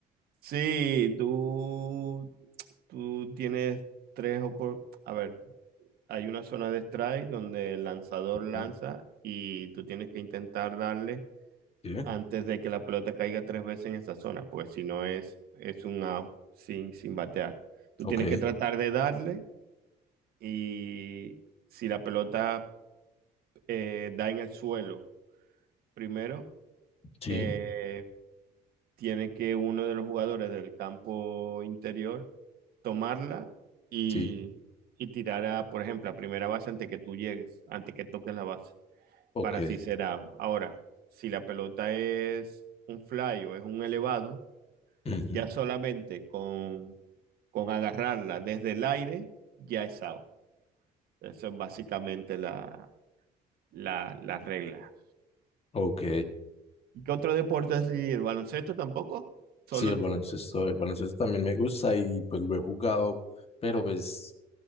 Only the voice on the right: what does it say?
sí, tú, tú tienes tres opor- A ver, hay una zona de strike donde el lanzador lanza
y tú tienes que intentar darle
antes de que la pelota caiga tres veces en esa zona, porque si no es, es un out sin, sin batear. Tú
tienes que tratar de darle y si la pelota eh, da en el suelo primero,
eh, tiene que uno de los jugadores del campo interior tomarla y,
y tirar a, por ejemplo, a primera base antes que tú llegues, antes que toques la base,
para así ser out. Ahora, si la pelota es un fly o es un elevado,
ya solamente con, con agarrarla desde el aire, ya es out. Eso es básicamente la, la, la regla.
¿Y qué otro deporte así? ¿El baloncesto tampoco? Solo
el
fútbol.